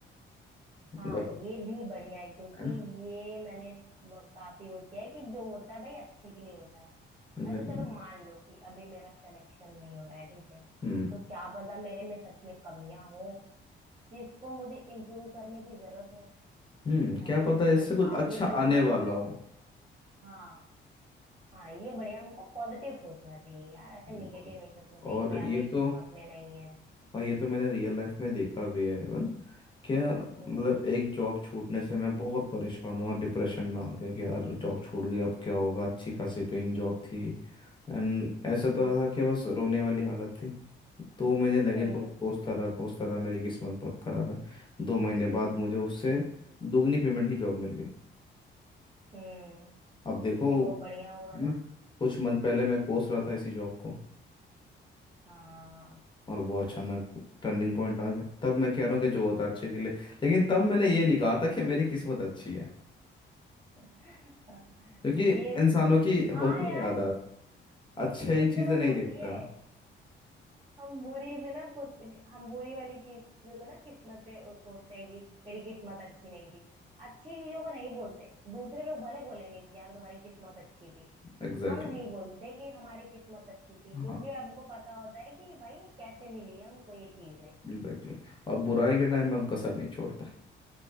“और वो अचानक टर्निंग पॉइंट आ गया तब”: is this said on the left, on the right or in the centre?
Left